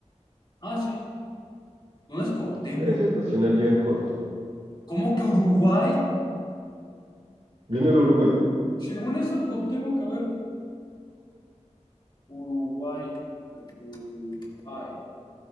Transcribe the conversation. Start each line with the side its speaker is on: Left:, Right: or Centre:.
Left: Ah, sí. No es Cuauhtémoc.
Right: Eh, si es nacional, llegan corto.
Left: ¿Cómo que Uruguay?
Right: ¿Viene de Uruguay?
Left: Según eso, Cuauhtémoc, a ver. Uruguay. Uruguay.